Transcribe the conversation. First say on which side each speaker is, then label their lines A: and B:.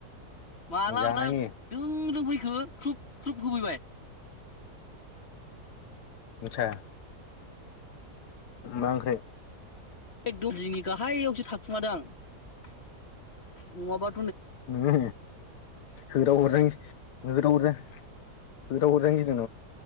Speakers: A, on the left; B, on the left.
A: माला
B: जानायनि
A: माला दों-दोंफैखो ख्रुब ख्रुब खुबैबाय
B: आतसा मा ओंख्रै
A: एकदम जिंनि गाहायावसो थाखुमादों आं नङाबा
B: नोङो होदाव हरजायो होदाव हरजायो